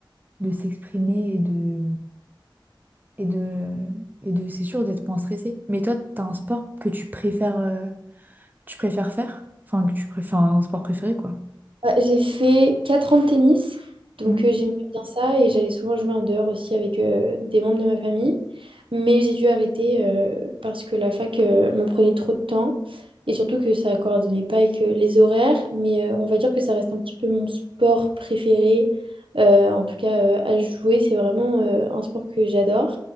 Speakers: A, on the right; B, on the right.
A: de s'exprimer et de, et de, et de, c'est sûr d'être moins stressé. Mais toi, t'as un sport que tu préfères, euh, tu préfères faire? Enfin, que tu préfères un sport préféré, quoi.
B: Bah, j'ai fait 4 ans de tennis, donc
A: Mm,
B: euh, j'aimais bien ça et j'allais souvent jouer en dehors aussi avec euh, des membres de ma famille. Mais j'ai dû arrêter euh, parce que la fac euh, me prenait trop de temps et surtout que ça ne coordonnait pas avec euh, les horaires. Mais euh, on va dire que ça reste un petit peu mon sport préféré, euh, en tout cas euh, à jouer. C'est vraiment euh, un sport que j'adore.